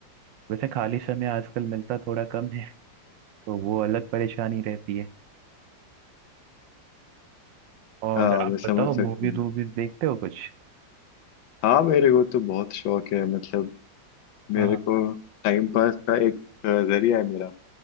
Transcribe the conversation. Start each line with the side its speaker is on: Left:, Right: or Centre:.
Right: वैसे खाली समय आजकल मिलता थोड़ा कम है तो वो अलग परेशानी रहती है और
Left: हाँ
Right: आप
Left: मैं
Right: बताओ
Left: समझ सकता
Right: मूवीज
Left: हूँ
Right: वूवीज देखते हो कुछ
Left: हाँ मेरे को तो बहुत शौक है मतलब मेरे
Right: हाँ हाँ,
Left: को टाइम पास का एक अ, जरिया है मेरा